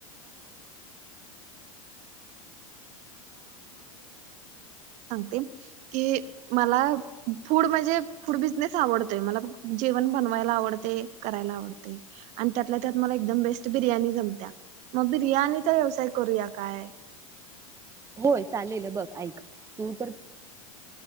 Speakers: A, on the right; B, on the right.
A: कि मला फूड म्हणजे फूड बिझनेस आवडत तय मला जेवण बनवायला आवडत, करायला आवडते, आणि त्यात त्यात मला एकदम बेस्ट बिर्याणी जमत्या मग बिर्याणीचा व्यवसाय करूया काय.
B: होय चालेल बघ ऐक. तू